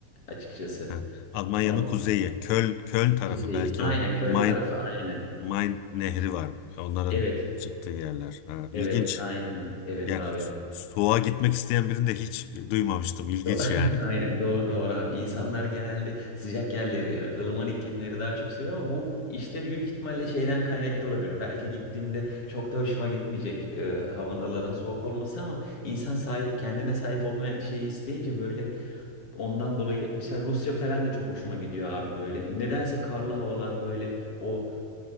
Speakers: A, on the left; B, on the left.
A: açıkçası.
B: Ha, Almanya'nın
A: Ama
B: kuzeyi, Köln, Köln tarafı
A: kuzeyi.
B: belki
A: Aynen
B: o
A: köl
B: Main,
A: tarafı aynen.
B: Main nehri var. Onların
A: Evet.
B: çıktığı yerler. Ha,
A: Evet
B: ilginç.
A: aynen. Evet
B: Yani
A: abi.
B: so- soğuğa gitmek isteyen birini de hiç duymamıştım. İlginç
A: Do- <laughs>
B: yani.
A: Aynen doğru doğru abi. İnsanlar genelde sıcak yerleri, ılıman iklimleri daha çok seviyor ama bu işte büyük ihtimalle şeyden kaynaklı olabilir. Belki gittiğimde çok da hoşuma gitmeyecek e, havaların soğuk olması ama insan sahip, kendine sahip olmayan şeyi isteyince böyle ondan dolayı mesela Rusya falan da çok hoşuma gidiyor abi böyle. Nedense karlı havalar böyle o